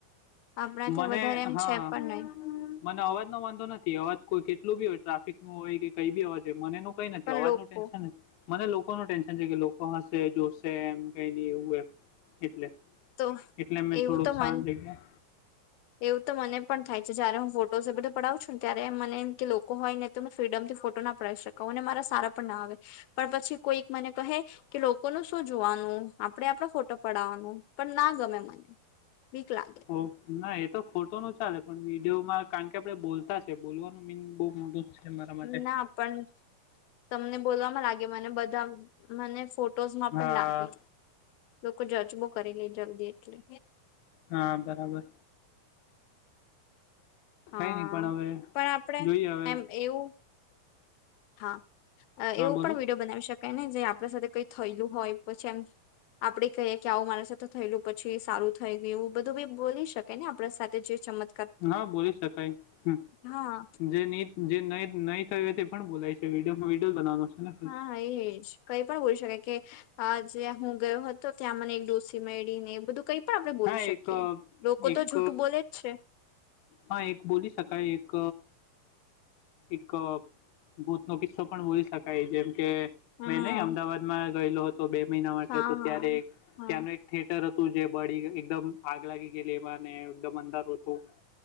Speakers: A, on the left (about 85°); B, on the left (about 70°).
A: આપણા
B: મને
A: ત્યાં વધારે એમ
B: હા
A: છે પણ નહી
B: મને અવ અવાજ નો વાંધો નથી અવાજ કોઈ કેટલુ બી હોય ટ્રાફિક નો હોય કે કઈ બી અવાજ હોય મને નો કઈ નથી
A: પણ
B: અવાજ
A: લોકો
B: નું ટેન્શન નથી મને લોકો નો ટેન્શન છે કે લોકો હશે જોશે એમ કઈ નઇ એવું એ એટલે
A: તો
B: એટલે મેં
A: એવું
B: થોડુંક
A: તો
B: શાંત
A: મન
B: જગ્યા
A: એવું તો મને પણ થાય. જયારે હું ફો એ બધું પડાવું છું ને ત્યારે મને એમ કે લોકો હોય ને તો ફ્રીડમ થી ફોટો ના પડાવી શકાવ અને મારા સારા પણ ના આવે પણ પછી કોઈ મને કહે કે લોકોનું શું જોવાનું આપડે આપણા ફોટો પડવાનું પણ ના ગમે મને બીક લાગે
B: ઓ ના એ તો ફોટો નું ચાલે પણ વિડીયોમાં કારણ કે આપડે બોલતા છે બોલવાનું મીન બહુ મોટું છે. મારા માટે
A: ના પણ તમને બોલવામાં લાગે મને બધા મને ફોટ ફોટોઝ માં પણ
B: હા
A: લાગે લોકો જજબો કરી લે જલ્દી એટલે
B: હા બરાબર
A: હા
B: કઈ નહી પણ હવે
A: પણ આપડે
B: જોઈએ હવે
A: એમ એવું હા
B: હા
A: એવું
B: બોલો
A: પણ વિડીયો બનાવી શકાય ને જે આપણા સાથે કઈ થયેલું હોય પછી એમ આપડે કહીએ કે આવું મારા સાથે થયેલું પછી સારું થઈ ગયું એવુ બધું બી બોલી શકે ને આપડા સાથે જે ચમત્
B: હા બોલી શકાય
A: હા
B: જે જે ન નહી થયુ હોય તે પણ બોલાય છે વિડીયોમાં વિડીયો બવાનો છે. ને
A: હા હા એજ કઈ પણ બોલી શકાય કે આ જ્યાં હું ગયો હતો ત્યાં મને એક ડોસી મેળીને એવું બધું કઈક પણ આપણે બોલી
B: હા એક
A: શકીએ લોકો
B: એક
A: તો જૂઠું બોલે જ છે.
B: હા એક બોલી સકાય એક એક ભૂત નો કિસ્સો પણ બોલી શકાય જેમ કે
A: હા
B: મેં નહીં અમદાવાદમાં ગયેલો હતો બે મહિના માટે
A: હા
B: તો ત્યારે ત્યાંનું એક
A: હા
B: ત્યાંનું એક થિયટર હ તુ જે બળી એકદમ આગ લાગી ગયેલી એમાંને એકદમ અંદારુ હતું